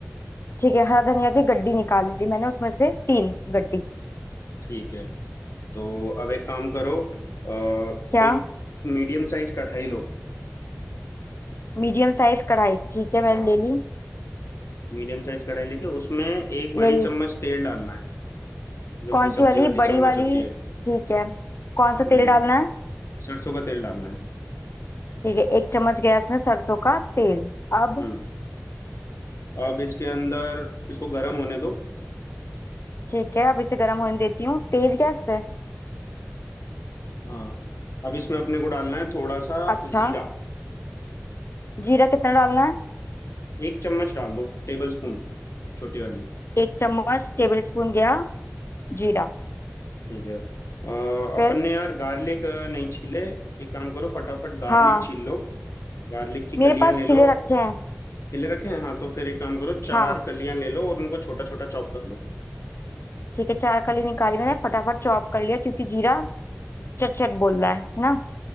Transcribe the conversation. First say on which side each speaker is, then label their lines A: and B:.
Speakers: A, on the left; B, on the left.
A: ठीक है हरा धनिया की गड्डी निकाल ली मैंने उसमें से तीन गड्डी
B: ठीक है तो अब एक काम करो अ,
A: क्या
B: एक मीडियम साइज कढ़ाई लो
A: मीडियम साइज कढ़ाई ठीक है मैंने
B: हाँ
A: ले ली
B: मीडियम साइज कढ़ाई लेके उसमें एक बड़ी
A: ले ली
B: चम्मच तेल डालना है जो
A: कौन
B: अपनी
A: सी
B: सब्जी
A: वाली
B: वाली
A: बड़ी
B: चम्मच
A: वाली
B: होती है
A: ठीक है कौन सा
B: हम्म
A: तेल डालना है
B: सरसों का तेल डालना है
A: ठीक है एक चम्मच गैस में सरसों का तेल अब
B: हम्म अब इसके अंदर इसको गर्म होने दो
A: ठीक है अब इसे गर्म होने देती हूँ तेज गैस पे
B: हाँ अब इसमें अपने को डालना है थोड़ा सा
A: अच्छा
B: जीरा
A: जीरा कितना डालना है
B: एक चम्मच डाल दो टेबल स्पून छोटी वाली
A: एक चम्मच टेबल स्पून गया जीरा
B: ठीक है अ, अपन
A: फिर
B: ने यार गार्लिक नहीं छीले एक काम करो फटाफट गार्लिक
A: हाँ
B: छील लो गार्लिक की
A: मेरे
B: कलियां
A: पास
B: ले
A: छिले
B: लो
A: रखे हैं
B: छिले रखे हैं हाँ तो फिर एक काम करो चार
A: हाँ
B: कलियां ले लो और उनको छोटा छोटा चॉप कर लो
A: ठीक है चार कली निकाली मैंने फटाफट चॉप कर लिया क्योंकि जीरा चट चट बोल रहा है है ना